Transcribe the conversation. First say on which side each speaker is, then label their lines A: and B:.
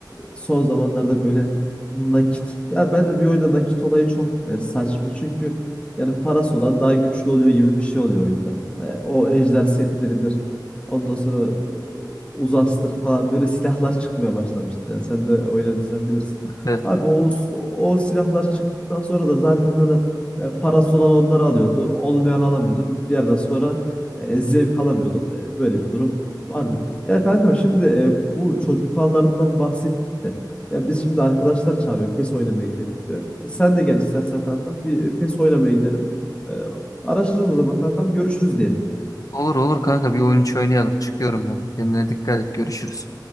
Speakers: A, on the left; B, on the left.
A: e, son zamanlarda böyle nakit ya bence bir oyunda nakit olayı çok e, saçma. Çünkü yani parası olan daha güçlü oluyor gibi bir şey oluyor oyunda. E, o ejder setleridir. Ondan sonra e, uzastır falan böyle silahlar çıkmaya başlamıştı. Yani sen de oynadıysan bilirsin.
B: Evet.
A: Abi o o silahlar çıktıktan sonra da zaten hani e, parası olan onları alıyordu. Olmayan alamıyordu. Bir yerden sonra e, zevk alamıyorduk. E, Böyle bir durum vardı. Ya kankam şimdi e, bu çocuklarından bahsettik de ya biz şimdi arkadaşlar çağırıyor PES oynamaya gidelim diyor. İşte sen de gel istersen kankam bir e, PES oynamaya gidelim. E, araşırız o zaman kankam görüşürüz diyelim.
B: Olur olur kanka bir oyun içi oynayalım. Çıkıyorum ben de. Kendine dikkat et. Görüşürüz.